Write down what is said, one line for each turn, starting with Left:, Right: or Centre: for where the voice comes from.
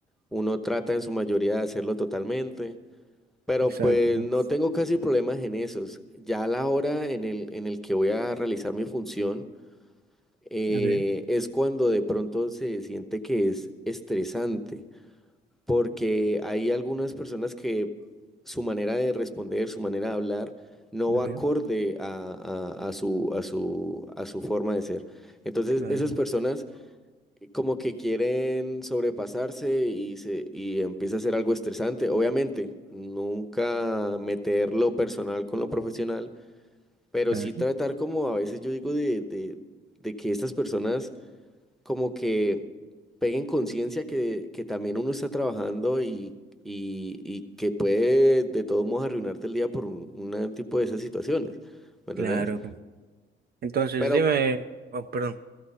Centre: uno trata en su mayoría de hacerlo totalmente, pero
Right: Exacto.
Centre: pues
Right: ¿no?
Centre: no tengo casi problemas en esos. Ya a la hora en el, en el que voy a realizar mi función, eh,
Right: okay
Centre: es cuando de pronto se siente que es estresante, porque hay algunas personas que su manera de responder, su manera de hablar, no
Right: ok,
Centre: va acorde a, a- a su, a su, a su forma de ser. Entonces,
Right: claro,
Centre: esas personas como que quieren sobrepasarse y, se, y empieza a ser algo estresante. Obviamente, nunca meter lo personal con lo profesional, pero
Right: claro,
Centre: sí tratar como a veces yo digo de, de de que estas personas como que peguen conciencia que, que también uno está trabajando y, y, y que puede de todos modos arruinarte el día por un, un tipo de esas situaciones, ¿me entendés?
Right: claro. pues. Entonces,
Centre: Pero,
Right: dime, oh, perdón.